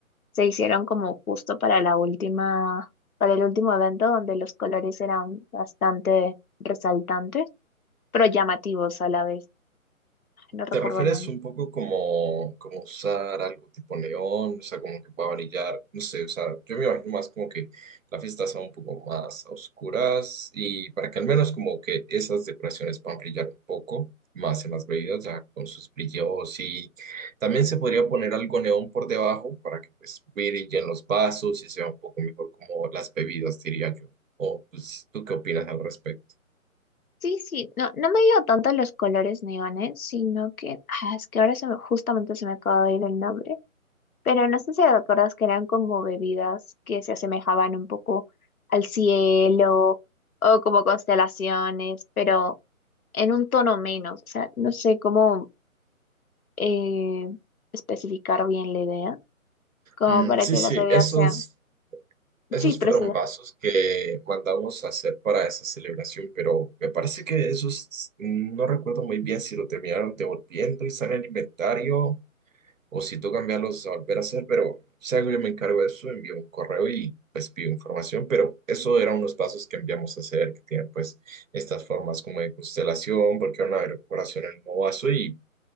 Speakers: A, on the left; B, on the right.
A: se hicieron como justo para la última, para el último evento donde los colores eran bastante resaltantes, pero llamativos a la vez. No recuerdo
B: ¿Te refieres
A: el nombre.
B: un poco como, como usar algo tipo neón? O sea, como que pueda brillar, no sé, o sea, yo me imagino más como que la fiesta sea un poco más a oscuras y para que al menos como que esas decoraciones puedan brillar un poco más en las bebidas, ya con sus brillos y también se podría poner algo neón por debajo para que pues brillen los vasos y sea un poco mejor como las bebidas, diría yo. O pues, ¿tú qué opinas al respecto?
A: Sí, sí, no, no me dio ido tanto los colores neones, sino que, ah, es que ahora se me, justamente se me acaba de ir el nombre, pero no sé si te acuerdas que eran como bebidas que se asemejaban un poco al cielo o como constelaciones, pero en un tono menos, o sea, no sé cómo eh, especificar bien la idea, como
B: Mm,
A: para
B: sí,
A: que
B: sí,
A: las bebidas
B: esos.
A: sean,
B: Esos
A: sí, pero
B: fueron
A: sí,
B: vasos que mandamos a hacer para esa celebración, pero me parece que esos no recuerdo muy bien si lo terminaron devolviendo y están en el inventario o si tú cambiarlos a volver a hacer, pero si algo yo me encargo de eso, envío un correo y pues pido información, pero eso eran unos vasos que enviamos a hacer que tienen pues estas formas como de constelación, porque era una decoración en el nuevo vaso y,